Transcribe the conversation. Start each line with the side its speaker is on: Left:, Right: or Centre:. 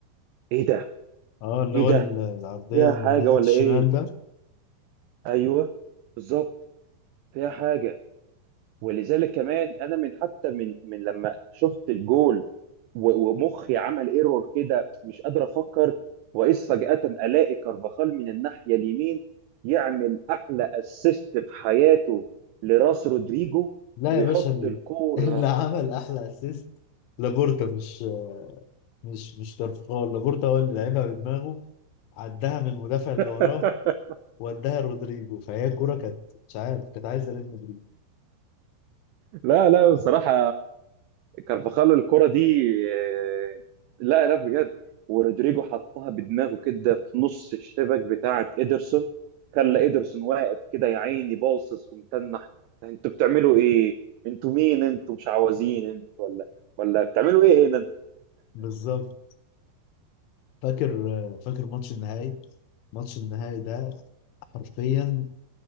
Right: ايه ده
Left: اه اللي
Right: ايه
Left: هو
Right: ده
Left: ال- العرضيه
Right: فيها
Left: من
Right: حاجة
Left: ناحيه
Right: ولا
Left: الشمال
Right: ايه
Left: ده
Right: ايوه بالظبط فيها حاجة ولذلك كمان انا من حتى من من لما شفت الجول و- ومخي عمل ايرور كده مش قادر افكر واذ فجأة الاقي كارفاخال من الناحية اليمين يعمل احلى اسيست في حياته لراس رودريجو
Left: لا
Right: ويحط
Left: يا باشا ال-
Right: الكورة
Left: <laughs> اللي عمل احلى اسيست لابورتا مش مش مش كارفخال لابورتا هو اللي لعبها بدماغه عدها من المدافع اللي
Right: <laughs>
Left: وراه وداها رودريجو فهي الكوره كانت مش عارف كانت عايزه ريال مدريد
Right: لا لا بصراحة كارفاخال الكرة دي آه، لا لا بجد ورودريجو حطها بدماغه كده في نص الشبك بتاعة إيدرسون خلى إيدرسون واقف كده يا عيني باصص ومتنح انتوا بتعملوا ايه؟ انتوا مين انتوا مش عوازين انتوا ولا ولا بتعملوا ايه هنا؟
Left: بالظبط فاكر فاكر ماتش النهائي ماتش النهائي ده حرفيا